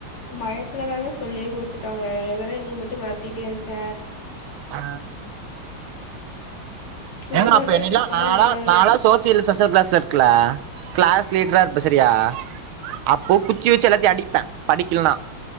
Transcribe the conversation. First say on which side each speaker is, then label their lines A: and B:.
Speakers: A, on the left; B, on the right.
A: பயத்துல தாங்க சொல்லியே குடுத்துட்டாங்க எதன நீ மட் டு மெரட்டிட்டே இருக்க
B: அ எங்க
A: ஒரு நாள்
B: அப்பே
A: தா
B: என்னில்ல
A: எடுத்துட்டு போனா
B: நாளா
A: ஒரு நாள்
B: நாளா சோ <unintelligible> க்ளாஸ் லீட்ரா இருப்ப செரியா அப்போ குச்சி வெச்சு எல்லாத்யு அடிப்பே படிக்கலினா